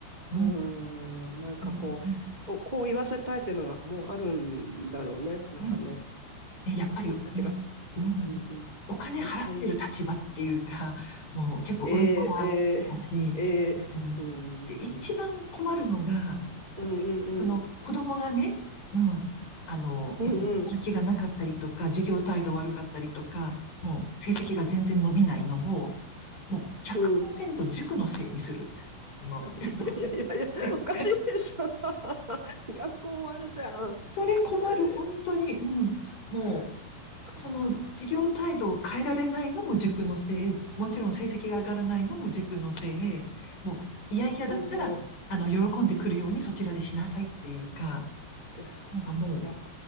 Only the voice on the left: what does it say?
うん、
うん、うん、
うんね、やっぱりね、
うん、
お金払ってる立場っていうか、
<laughs> もう結構上からだし、
うん、
で、一番困るのが、
やっぱりその子供がね、
うん、あの、
やっぱりやる気がなかったりとか、授業態度悪かったりとか、もう成績が全然伸びないのを、もう100%
塾のせいにする。あの、<laughs> あの
で、
それ困る、
本当に。うん。もう、
その授業態度を変えられないのも塾のせい、もちろん成績が上がらないのも塾のせい、もう、いやいやだったら、
あの、喜んでくるようにそちらでしなさいっていうか、
なんかもう、